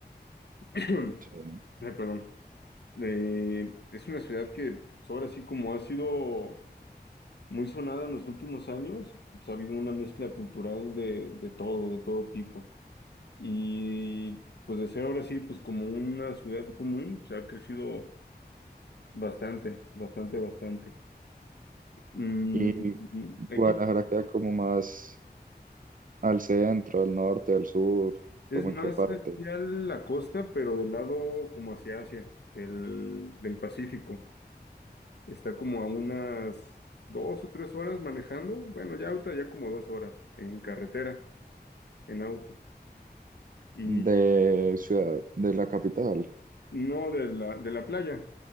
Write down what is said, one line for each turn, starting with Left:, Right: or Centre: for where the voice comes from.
Left: <clears throat> Ay,
Right: Sí.
Left: perdón. Eh, es una ciudad que pues, ahora sí como ha sido muy sonada en los últimos años, pues, ha habido una mezcla cultural de, de todo, de todo tipo. Y pues de ser ahora sí, pues como una ciudad común, pues, ha crecido bastante, bastante, bastante. Mm,
Right: Y Guadalajara
Left: aquí
Right: queda como más al centro, al norte, al sur,
Left: Es
Right: como
Left: más
Right: en qué parte
Left: hacia la costa, pero del lado como hacia Asia, el, del Pacífico. Está como a unas dos o tres horas manejando. Bueno, ya ahorita ya como dos horas en carretera, en auto. Y
Right: de ciudad, de la capital.
Left: no de la, de la playa.